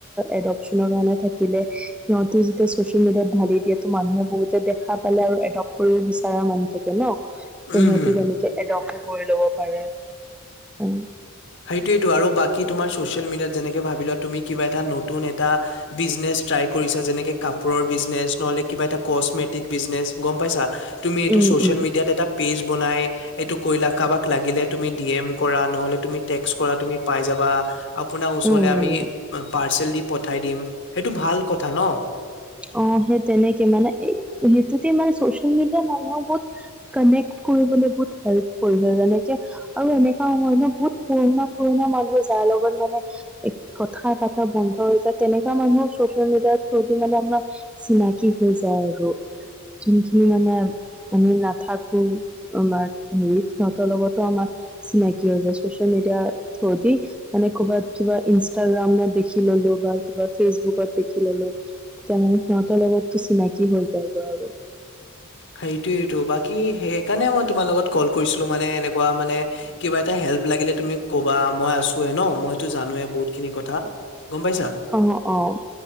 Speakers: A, in the centre; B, on the left.
A: এডপচনৰ কাৰণে থাকিলে সিহঁতে যেতিয়া ছচিয়েল মিডিয়াত ঢালি দিয়ে ত মানুহে বহুতে দেখা পালে আৰু লগ কৰিব বিচৰা মানুহ থাকে ন' ত
B: উম,
A: সিহঁতে
B: হম।
A: তেনেকে এডপ্টো কৰি ল'ব পাৰে উম।
B: সেইটোয়টো আৰু বাকী তোমাৰ ছ'চিয়েল মিডিয়াত যেনেকে ভাবি লোৱা তুমি কিবা এটা নতুন এটা বিজনেছ ট্ৰাই কৰিছা যেনেকে কাপোৰৰ বিজনেছ নহ'লে কিবা এটা কচমেটিক বিজনেচ গ'ম পাইছা তুমি এইটো
A: উম
B: চচিয়েল
A: উম
B: মিডিয়াত এটা পেজ বনাই এইটো কৰিলা কাৰবাক লাগিলে তুমি ডিএম কৰা নহলে তুমি টেক্স কৰা তুমি পাই যাবা আপোনাৰ ওচৰলৈ
A: উম
B: আমি পাৰ্চেল দি পঠাই দিম। সেইটো ভাল কথা ন'।
A: অ' সেই তেনেকে মানে সেইটোতে মানে ছ'চিয়েল মিডিয়া মানুহৰ বহুত কানেক্ট কৰিবলৈ বহুত হেল্প কৰিছে যেনেকে আৰু এনেকুৱা নহয় ন' বহুত পুৰণা পুৰণা মানুহ যাৰ লগত মানে কথা পতা বন্ধ হৈ যায় তেনেকুৱা মানুহৰ চচিয়েল মিডিয়াৰ থ্ৰ ত' মানে আমাৰ চিনাকি হৈ যায় আৰু যোনখিনি মানে আমি নাথাকো আমাৰ হেৰি সিহঁতৰ লগতো আমাৰ চিনাকি হৈ যায় চচিয়েল মিডিয়া থ্ৰয়েদি। মানে ক'ৰবাত কিবা ইনষ্টাগ্ৰামত দেখি ললোঁ বা কিবা ফেচবুকত দেখি ললোঁ তেতিয়া সিহঁতৰ লগত তো চিনাকি হয় যায়গৈ আৰু।
B: সেইটোয়েইটো বাকী সেইকাৰণে মই তোমাৰ লগত কল কৰিছিলোঁ মানে এনেকুৱা মানে কিবা এটা হেল্প লাগিলে তুমি ক'বা মই আছো। আছোই ন' মইতো জানোৱে বহুত খিনি কথা গ'ম পাইছা।
A: অঁ অঁ